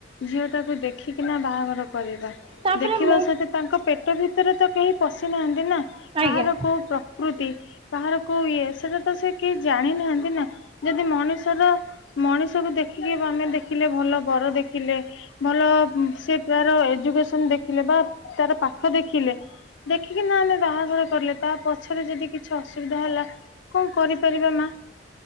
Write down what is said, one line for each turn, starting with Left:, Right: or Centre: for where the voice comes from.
Left: ଝିଅ ଟାକୁ ଦେଖିକିନା ବାହାଘର କରିବା।
Right: ତାପରେ
Left: ଦେଖିବା
Right: ମୁଁ
Left: ସହିତ ତାଙ୍କ ପେଟ ଭିତରେ ତ କେହି ପଶିନାହାନ୍ତି ନା
Right: ଆଜ୍ଞା
Left: କାହାର କୋଉ କୃତି ବାହାର କୋଉ ଇଏ ସେଟା ତ ସେ କେହି ଜାଣି ନାହାନ୍ତି ନା ଯଦି ମଣିଷର ମଣିଷକୁ ଦେଖିକି ଆମେ ଦେଖିଲେ ଭଲ ବର ଦେଖିଲେ। ଭଲ ସେ ତାର ଏଜୁକସନ ଦେଖିଲେ ବା ତାର ପାଠ ଦେଖିଲେ। ଦେଖିକି ନା ଆମେ ବାହାଘର କଲେ ତା ପଛରେ ଯଦି କିଛି ଅସୁବିଧା ହେଲା କଣ କରିପାରିବା ମା?